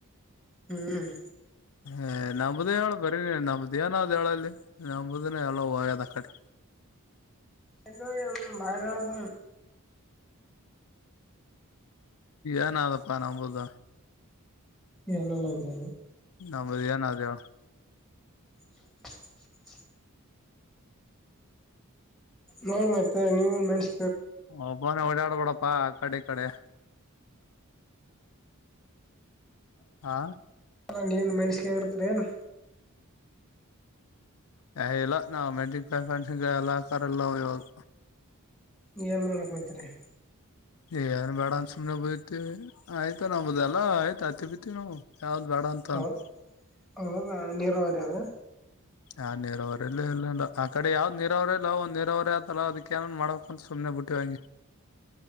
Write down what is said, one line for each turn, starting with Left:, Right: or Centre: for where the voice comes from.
Centre: ಹ್ಮ್.
Left: ಏ ನಮ್ದೇ ಹೇಳ ಬರ ನಮ್ದ ಏನ್ದ ಹೇಳಲ್ಲಿ ನಂಬದನ ಎಲ್ಲ ಒಯದ ಕಡೆ
Centre: ಎ ಭಾರತ್
Left: ಏನ್ಪ್ಪಾ ನಂಬಬೋದ
Centre: ಏನಿಲ್ಲ ಅಂದು
Left: ನಾಮ್ಮದಿಯಾನ ಅದೇ
Centre: ಹ ನೋಡ್ ಮತ್ತೆ ನೀವನ್ ಮಸ
Left: ಒಬ್ಬಾನ ಓಡಾಡ್ಬೋಡಪ್ಪಾ ಕಡೆ ಕಡೆ ಹಾ
Centre: ನೀನ್ ಮೆನ್ಸಿಗೆಗರ್ತರಿ ಏ ನ್
Left: ಹ ಇಲ್ಲ ನಾವವು ಮೆಂಟಿಫನ್ಸ ಎಲ್ಲ ಕಲ್ಲ ಇವಾಗ
Centre: ಏನ್ ಮಾಡಕ್ತರಿ
Left: ಏನ್ ಬೇಡ ಅಂದ ಸುಮ್ನೆ ಬಯತಿ ಆಯ್ತಾ ನಾವದಲ್ಲಾ ಆಯ್ತ ಆತ್ತ ಬಿತಿವಿ ನಾವು ಯಾವ್ದ್ ಬೇಡ ಅಂತ
Centre: ಹ
Left: ಅಂತ
Centre: ಹೌದಾ ನೀರ ವರ ಅದ
Left: ಆ ನೀರಾವರಿಲ್ಲ ಇಲ್ಲ ಆ ಕಡೆ ಯಾವ್ದ್ ನೀರಾವರಿ ಇಲ್ಲ ಒಂದ ನೀರಾವರಿ ಆತಲ್ಲ ಅದಕ್ಕೇನನ್ ಮಾಡಕ್ಂತ ಸುಮ್ಮನೆ ಬಿಟ್ಟ ತಂಗಿ